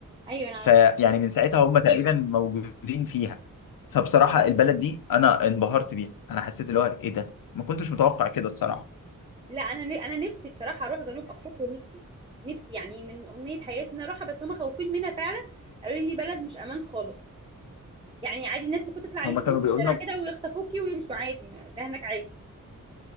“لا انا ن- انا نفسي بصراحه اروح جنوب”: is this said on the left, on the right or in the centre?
Right